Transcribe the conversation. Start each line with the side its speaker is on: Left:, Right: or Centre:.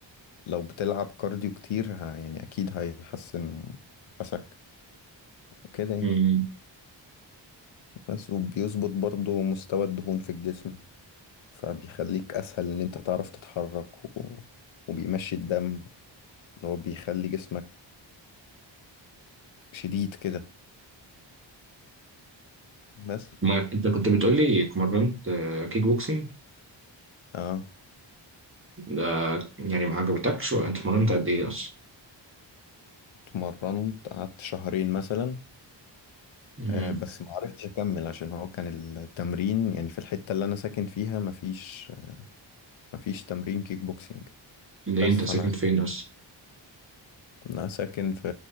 Left: لو بتلعب كارديو كتير ه- يعني اكيد هيحسن نفسك وكده يعني
Right: أمم.
Left: بس وبيظبط برضو مستوى الدهون في الجسم فبيخليك اسهل ان انت تعرف تتحرك و... وبيمشي الدم اللي هو بيخلي جسمك شديد كده بس
Right: ما انت كنت بتقول لي اتمرنت آه، كيك بوكسينج
Left: اه
Right: ده يعني ما عجبتكش وانت اتمرنت قد ايه اصلا
Left: اتمرنت قعدت شهرين مثلا
Right: امم
Left: آه بس ما عرفتش اكمل عشان هو كان التمرين يعني في الحتة اللي انا ساكن فيها مفيش مفيش تمرين كيك بوكسينج
Right: ليه
Left: بس
Right: انت
Left: فانا
Right: ساكن فين اصلا
Left: أنا ساكن في